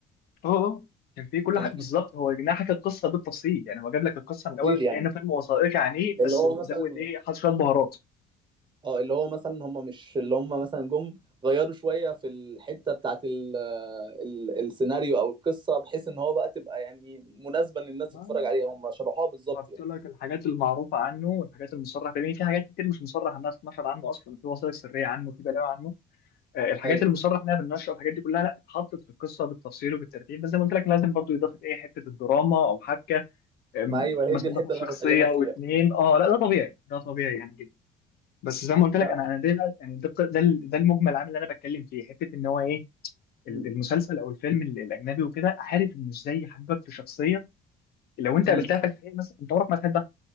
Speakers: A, on the left (about 70°); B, on the right (about 25°).
A: اه آه. كان في كل
B: كان
A: حاجه
B: في
A: بالظبط هو جناح حكى القصه بالتفصيل يعني هو جاب لك القصه من الاول
B: تفصيل يعني
A: كانه فيلم وثائقي عن ايه
B: اللي
A: بس
B: هو
A: زود
B: مثلا
A: ايه حط شويه بهارات
B: اه اللي هو مثلا هم مش اللي هم مثلا جم غيروا شوية في الحتة بتاعت ال ال السيناريو أو القصة بحيث إن هو بقى تبقى يعني مناسبة إن الناس تتفرج
A: ما- ما-
B: عليها هم شرحوها بالظبط
A: حط
B: يعني
A: لك الحاجات المعروفه عنه والحاجات المصرح بيه في حاجات كتير مش مصرح انها تتنشر عنه اصلا في وثائق سريه عنه في بلاوي عنه آه، الحاجات
B: أيوه
A: المصرح انها بالنشر والحاجات دي كلها لا اتحطت في القصه بالتفصيل وبالترتيب بس زي ما قلت لك لازم برضو اضافه ايه حته الدراما او حبكه أم،
B: ما أيوه هي
A: مثلا
B: دي الحتة
A: تاخد
B: اللي
A: شخصيه
B: أنا بكلمك
A: او
B: فيها
A: اتنين اه لا ده طبيعي ده طبيعي يعني جدا بس زي ما قلت لك
B: لا
A: انا انا ده يعني ده ده ده المجمل العام اللي انا بتكلم فيه حته ان هو ايه ال-
B: امم
A: المسلسل او الفيلم ال- الاجنبي وكده عارف ان ازاي حبك في شخصيه لو انت
B: أمم.
A: قابلتها في الحقيقه مثلا انت عمرك ما تحبها